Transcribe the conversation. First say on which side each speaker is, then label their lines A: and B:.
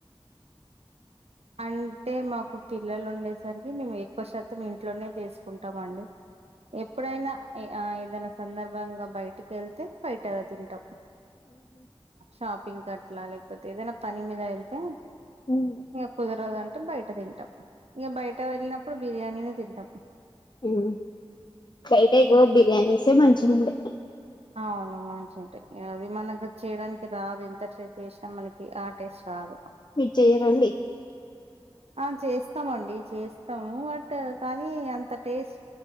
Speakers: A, on the right (about 85°); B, on the left (about 45°).
A: అంటే మాకు పిల్లలు ఉండేసరికి మేము ఎక్కువ శాతం ఇ ఇంట్లోనే చేసుకుంటామండి ఎప్పుడైనా ఆ ఏదైనా సందర్భంగా బయటికి వెళ్తే బయట అలా తింటం షాపింగ్ క ట్లా లేకపోతే ఏదైనా పని మీద వెళ్తే
B: ఉం
A: ఇకా కుదరదు అంటే బయట తింటాం ఇక బయట వెళ్ళినప్పుడు బిర్యానీనే తింటాం
B: ఉం బయట ఇగో బిర్యానీసే మంచిగా ఉండే
A: అవును మంచి ఉంటాయి అది మనకి చేయడానికి రాదు ఎంత ట్రై చేసినా మనకి ఆ టేస్ట్ రాదు
B: మీరు చేయరండి
A: ఆ చేస్తామండి చేస్తాము బట్ కానీ అంత టేస్ట్